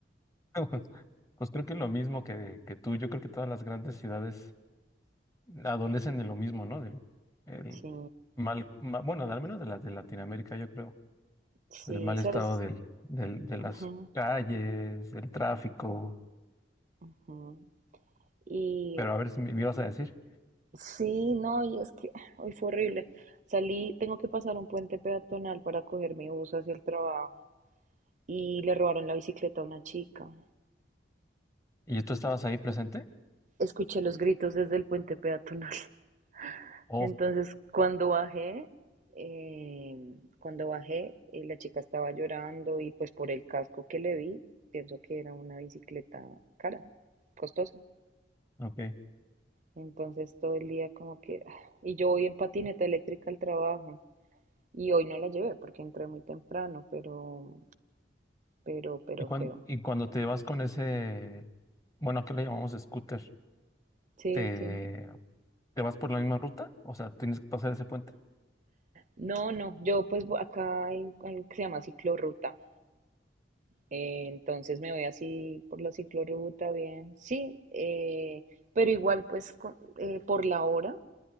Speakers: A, on the left; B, on the right.
A: <laughs> Pues creo que lo mismo que, que tú. Yo creo que todas las grandes ciudades adolecen de lo mismo, ¿no? Del el
B: Sí,
A: mal, ma- bueno, al menos de las de Latinoamérica, yo creo.
B: sí,
A: Del mal
B: sabes.
A: estado del, del, de las
B: Ujú,
A: calles, del tráfico.
B: ujú. Y
A: Pero a ver si me, me ibas a decir.
B: sí, no, y es que <laughs> <sighs> hoy fue horrible. Salí, tengo que pasar un puente peatonal para coger mi bus hacia el trabajo y le robaron la bicicleta a una chica.
A: ¿Y tú estabas ahí presente?
B: Escuché los gritos desde el puente peatonal. <laughs>
A: Oh,
B: Entonces, cuando bajé, eh, cuando bajé, eh, la chica estaba llorando y pues por el casco que le vi, pienso que era una bicicleta cara, costosa.
A: ok.
B: Entonces todo el día como que... ah, Y yo voy en patineta eléctrica al trabajo. Y hoy no la llevé porque entré muy temprano, pero, pero, pero
A: ¿Y, cuan-
B: feo.
A: y cuando te vas con ese, bueno, qué le llamamos scooter?
B: Sí,
A: ¿Te,
B: sí.
A: te vas por la misma ruta? O sea, ¿tienes que pasar ese puente?
B: No, no, yo pues vo- acá hay algo que se llama ciclorruta. eh, entonces me voy así por la ciclorruta, bien. Sí, eh, pero igual pues con- eh, por la hora,